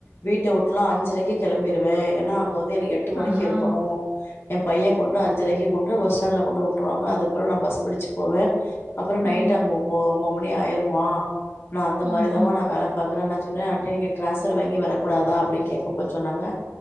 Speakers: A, on the left (about 50°); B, on the right (about 25°).
A: வீட்ட உட்லா அஞ்சரக்கே கெளம்பிருவே ஏனா அங்க வந்து எனக் எட்டு மணிக்கு
B: ஆஹா
A: இருக்கணு என் பையன் பொண்ணு அஞ்சரைக்கு கொண்டு பஸ்டாண்ட்ல கொண்டு உட்ருவாங்க அதுப்றோ நா பஸ் பிடிச்சு போவே அப்றொ
B: ம்
A: நைட் அங்க ஒம்பொ ஒம்போது மணி ஆயிறும் ஆ நா அந்த
B: ம்
A: மாரி தாமா நா வேல பாக்குரனா சொன்ன அப்டியே நீங்க டிராஸ்வர் வாங்கி வர கூடாதா அப்டின் கேக்கப்ப சொன்னாங்க